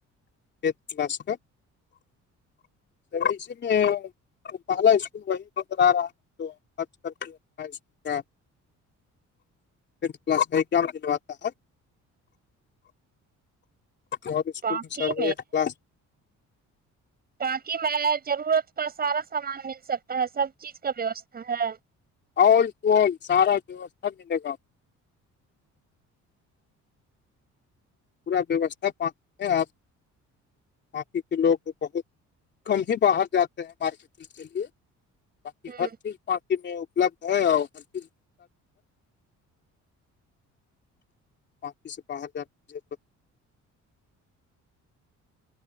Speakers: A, on the left (about 35°); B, on the right (about 30°).
A: ہےھ کلاس کا اسی میں پہلا اسکول وہی بندر رہا ہے تو اسکول کاھ کلاس کا ایگزام دلواتا ہے اور اسکول
B: باقی
A: میں سر ایک کلاس
B: تاکہ میں ضرورت کا سارا سامان مل سکتا ہے سب چیز کا ویوستھا ہے
A: آل ٹو آل سارا ووستھا ملے گا پورا ویوستھا پ ہے آپ باقی کے لوگ بہت کم ہی باہر جاتے ہیں مارکیٹنگ کے لیے باق
B: ہوں
A: ہر چیز پانسی میں اپلبدھ ہے اور ہر چیز پاپی سے باہر جانا